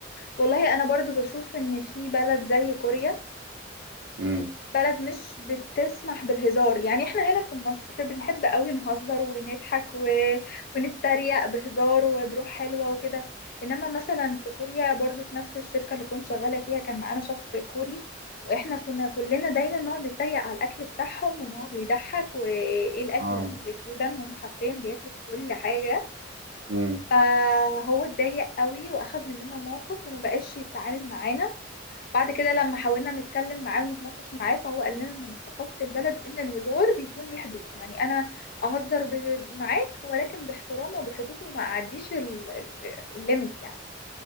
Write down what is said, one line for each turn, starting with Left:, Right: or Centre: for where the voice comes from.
Left: والله انا برضو بشوف ان في بلد زي كوريا
Right: مم.
Left: بلد مش بتسمح بالهزار يعني احنا هنا في مصر بنحب قوي نهزر ونضحك و... ونتريق بهزار وبروح حلوة وكده انما مثلا في كوريا برضو في نفس الشركة اللي كنت شغالة فيها كان معانا شخص كوري واحنا كنا كلنا دايما نقعد نتريق على الاكل بتاعهم وان هو بيضحك وايه الاكل
Right: اه
Left: اللي هم بياكلوه ده ان هم حرفيا بياكلوا كل حاجة
Right: امم
Left: فهو اتضايق قوي واخد مننا موقف وما بقاش يتعامل معانا بعد كده لما حاولنا نتكلم معاه ونتناقش معاه فهو قال لنا ان من ثقافة البلد ان الهزار بيكون ليه حدود يعني انا اهزر ب- معاك ولكن باحترام وبحدود وما اعديش ال- ال- الليميت يعني